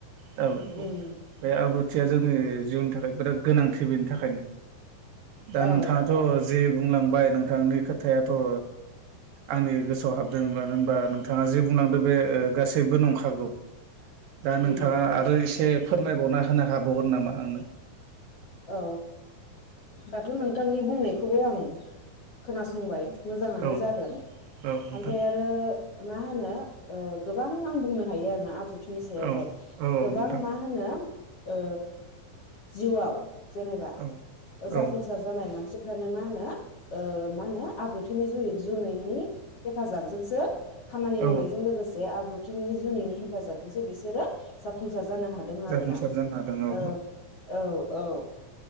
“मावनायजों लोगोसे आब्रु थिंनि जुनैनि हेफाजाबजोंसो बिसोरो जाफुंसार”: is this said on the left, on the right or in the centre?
Left